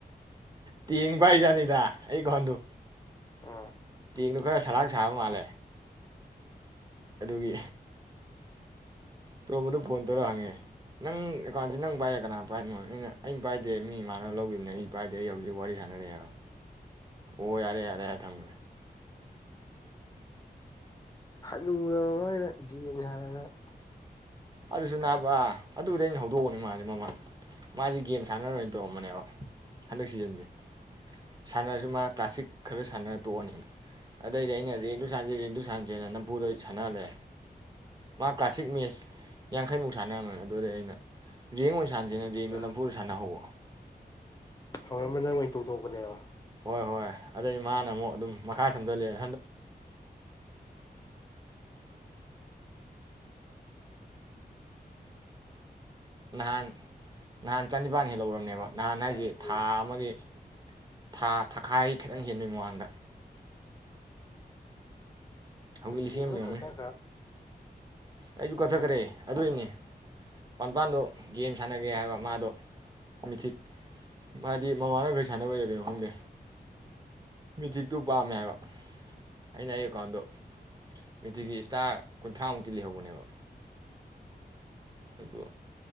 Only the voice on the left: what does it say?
ꯑ
ꯍꯅꯨꯔꯕ ꯃꯣꯏꯅ ꯒꯦꯝ ꯁꯥꯟꯅꯗꯅ
ꯀꯔꯤ
ꯑꯗꯨꯒ
ꯊꯧꯔꯝ ꯑꯃ ꯅꯪ ꯑꯣꯏꯅ ꯇꯧꯊꯣꯛꯄꯅꯦꯕ
ꯉꯝꯃꯤꯍꯦ
ꯌꯦꯡꯉꯨꯅꯦ
ꯀꯛꯊꯈ꯭ꯔ
ꯇꯟ